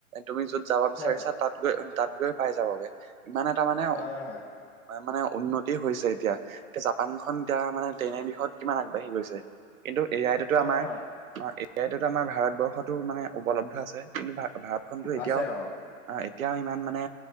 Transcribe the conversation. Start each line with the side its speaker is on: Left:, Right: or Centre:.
Right: তুমি য'ত যাব বিচাৰিছা
Centre: হয়
Right: তাত গৈ তাত গৈ পাই যাবগে ইমান এটা মানে
Centre: হয় হয়।
Right: মানে উউন্নতি হৈছে এতিয়া এতিয়া জাপানখন এতিয়া মানে তেনে বিষত কিমান আগবাঢ়ি গৈছে কিন্তু এ য়াই টোতো
Centre: হয়
Right: আমাৰ
Centre: হয়
Right: অ এ য়াই ততো আমাৰ ভাৰতবৰ্ষতো মানে উপলব্ধ আছে কিন্তু ভাৰত ভাৰতখনতো এতিয়াও
Centre: আছে অ'
Right: আহ এতিয়াও ইমান মানে